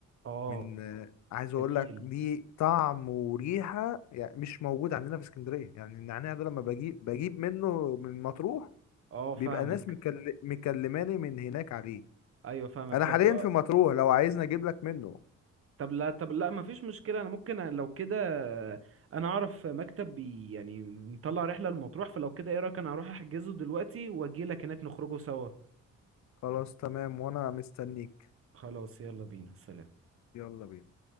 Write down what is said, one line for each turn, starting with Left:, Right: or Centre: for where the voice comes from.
Right: اه
Left: من آه، عايز
Right: جميل
Left: اقول لك ليه طعم وريحة يعني مش موجود عندنا في اسكندرية يعني النعناع ده لما بجيب بجيب منه من مطروح
Right: اه فاهمك
Left: بيبقى ناس مكل... مكلماني من هناك عليه
Right: ايوه فاهمك
Left: انا
Right: طب
Left: حاليا في مطروح لو عايزني اجيب لك منه
Right: طب لا طب لا مفيش مشكلة انا ممكن لو كده انا اعرف مكتب بي يعني مطلع رحلة لمطروح فلو كده ايه رأيك انا اروح احجزه دلوقتي واجيلك هناك نخرجه سوا
Left: خلاص تمام وانا مستنيك
Right: خلاص يلا بينا سلام
Left: يلا بينا